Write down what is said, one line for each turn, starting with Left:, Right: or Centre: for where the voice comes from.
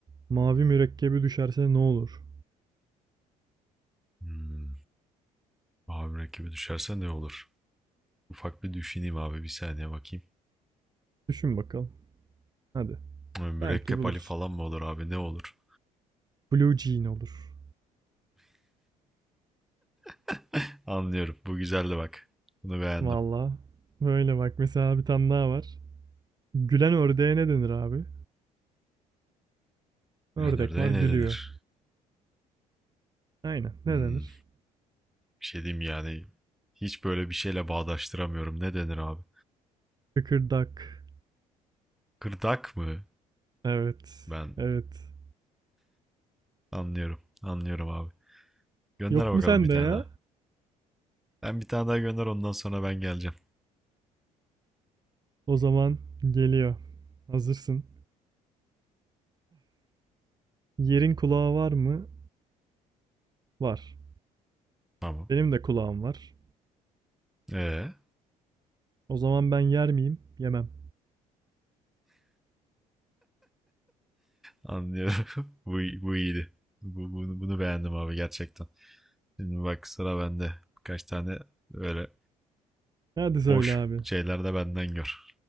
Right: mavi mürekkebi düşerse ne olur?
Centre: Hmm. Abi rakibi düşerse ne olur? Ufak bir düşüneyim abi bir saniye bakayım.
Right: Düşün bakalım. Hadi.
Centre: Ay, Mürekkep
Right: Belki bulursun.
Centre: Ali falan mı olur abi ne olur?
Right: Blue Jean olur.
Centre: <laughs> Anlıyorum. Bu güzeldi bak. Bunu beğendim.
Right: Valla. Böyle bak mesela bir tane daha var. Gülen ördeğe ne denir abi? Ördek
Centre: Planörde
Right: var gülüyor.
Centre: ne denir?
Right: Aynen. Ne
Centre: Hmm.
Right: denir?
Centre: Bir şey diyeyim yani. Hiç böyle bir şeyle bağdaştıramıyorum. Ne denir abi?
Right: Kıkırdak.
Centre: Kırdak mı?
Right: Evet.
Centre: Ben
Right: Evet.
Centre: anlıyorum. Anlıyorum abi. Gönder
Right: Yok
Centre: bakalım
Right: mu sende
Centre: bir tane
Right: ya?
Centre: daha. Ben bir tane daha gönder ondan sonra ben geleceğim.
Right: O zaman geliyor. Hazırsın. Yerin kulağı var mı? Var.
Centre: Tamam.
Right: Benim de kulağım var.
Centre: Ee,
Right: O zaman ben yer miyim? Yemem.
Centre: anlıyorum. <laughs> Bu, bu iyiydi. Bu, bunu, bunu beğendim abi gerçekten. Şimdi bak sıra bende. Birkaç tane böyle
Right: Hadi söyle
Centre: boş
Right: abi.
Centre: şeyler de benden gör.